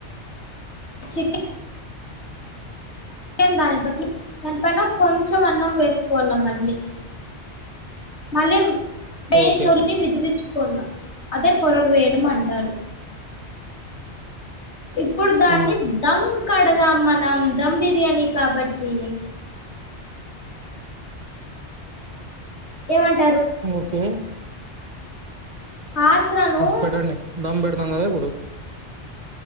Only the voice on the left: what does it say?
చీకి దాని దానిపైన కొంచెం అన్నం వేసుకోవాల మళ్ళీ మళ్ళీ బయని
విదిరించుకోాల అదే పొరలు వేయడం అంటారు ఇప్పుడు దాన్ని
దమ్ కడదాం మనం దమ్ బి బిర్యానీ కాబట్టి ఏవంటంటి
పాత్రను